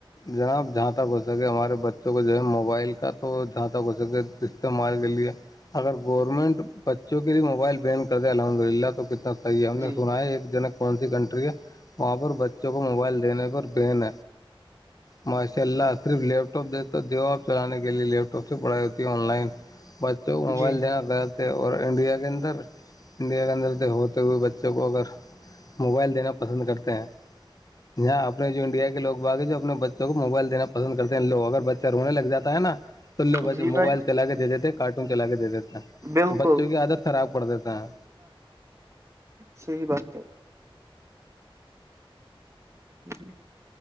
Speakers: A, on the left; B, on the right.
A: جناب جہاں تک ہو سکے ہمارے بچوں کو جو ہے موبائل کا تو جہاں تک ہو سکے استعمال کے لیے اگر گورنمنٹ بچوں کے لیے موبائل بین کر د الحمد للہ تو کتنا یہ ہم نے
B: جی
A: سنا ہے ایک جنک کون سی کنٹری ہے وہاں پر بچوں کو موبائل دینے پر پین م چل رہنا صرف لیپ ٹاپ دے تو دو ہو آپ چلانے کے لیے لیپ ٹاپ سے پڑھائی ہوتی ہے آن لائن بچوں کو موبائل
B: جی
A: دینا غرط اور انڈیا کے اندر انڈیا کے اندر تو ہوتے ہوئے بچوں کو اگر موبائل دینا پسند کرتے ہیں یہاں اپنے جو انڈیا کے لوگ باغی جو اپنے بچوں کو موبائل دینا پ پسند کرتے ہیں لوگ اگر بچہ رونے لگ جا ہے نا تو ل
B: جی
A: موبائل
B: بھائی
A: چلا کے دے دیتے ہیں کارٹون چلا کے دے دیتے
B: بالکل
A: تو بچوں کی عادت خراب پڑ دیتا ہے
B: سی بات تو جی